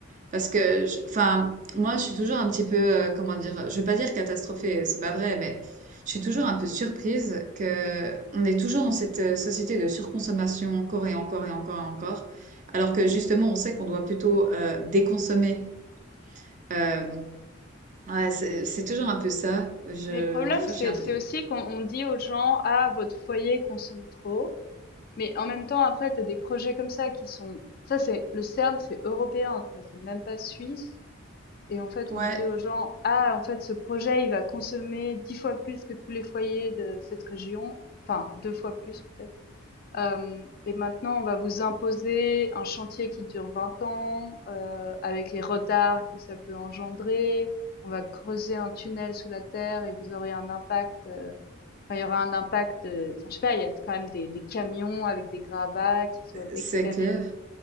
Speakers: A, on the right; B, on the left.
A: Parce que, je- enfin, moi, je suis toujours un petit peu, euh, comment dire, je veux pas dire catastrophée, c'est pas vrai, mais je suis toujours un peu surprise que on est toujours dans cette euh, société de surconsommation encore et encore et encore et encore, alors que justement, on sait qu'on doit plutôt euh, déconsommer. Euh, Ouais, c'est c'est toujours un peu ça. Je,
B: Mais le problème,
A: des fois,
B: c'est
A: j'ai un
B: c'est
A: peu de...
B: aussi qu'on on dit aux gens, ah, votre foyer consomme trop. Mais en même temps, après, t'as des projets comme ça qui sont, ça c'est, le CERN, c'est européen, tu vois, c'est même pas suisse. Et en fait,
A: Ouais,
B: on dit aux gens, ah, en fait, ce projet, il va consommer 10 fois plus que tous les foyers de cette région, enfin, deux fois plus peut-être. Euh, et maintenant, on va vous imposer un chantier qui dure 20 ans, euh, avec les retards que ça peut engendrer. On va creuser un tunnel sous la terre et vous aurez un impact. euh, Enfin, il y aura un impact. euh, Enfin, je sais pas. Il y a quand même des, des camions avec des gravats qui doivent excaver
A: c'est clair.